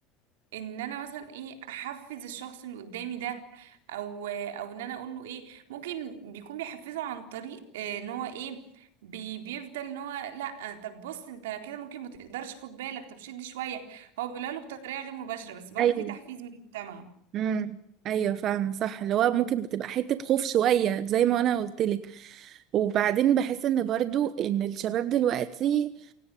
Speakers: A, on the right; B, on the right.
A: ان انا مثلا ايه احفز الشخص اللي قدامي ده او او ان انا اقول له ايه ممكن بيكون بيحفزه عن طريق آه، ان هو ايه بي بيفضل ان هو لا طب بص انت كده ممكن ما تقدرش خد بالك طب شد شويه هو بيقولها له بطريقه غير مباشره بس برضه
B: ايوه
A: في تحفيز من المجتمع
B: امم ايوه فاهمه صح اللي هو ممكن بتبقى حته خوف شويه زي ما انا قلت لك وبعدين بحس ان برضو ان الشباب دلوقتي